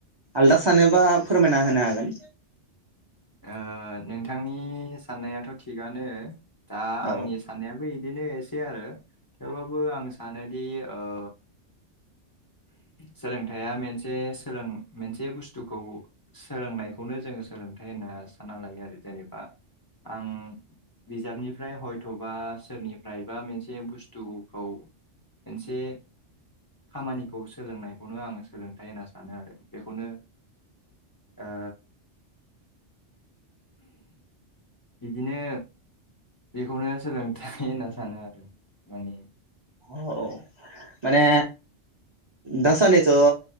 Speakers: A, on the right (about 30°); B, on the left (about 25°).
A: आलदा सानोबा फोरमायना होनो हागोन।
B: ओ नोंथांनि साननायाथ' थिगानो‌ दा
A: औ
B: आंनि साननायाबो बिदिनो एसे आरो थेवब्लााबो आं सानोदि ओ सोलोंथाइआ मोनसे सोलों मोनसे बुस्थुखौ सोलोंनायखौनो जोङो सोलोंथाइ होनना सानना लायो आरो जेनेबा आं बिजाबनिफ्राय हयथ'बा सोरनिफ्रायबा मोनसे बुस्थुखौ मोनसे खामानिखौ सोलोंनायखौनो आं सोलोंथाइ होनना सानो आरो बेखौनो ओ बिदिनो बेखौनो सोलोंथाइ होनना सानो आरो माने
A: औ औ माने दासानैथ'